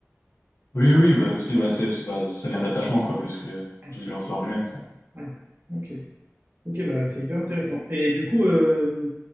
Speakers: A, on the left; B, on the right.
A: Oui, oui, oui, bah aussi, bah, c'est, c'est- bah, ça vient de l'attachement, quoi, plus que
B: Ouais,
A: plus du lanceur en lui-même, ça.
B: ouais. Ok. Ok, bah, c'est hyper intéressant. Et du coup, euh,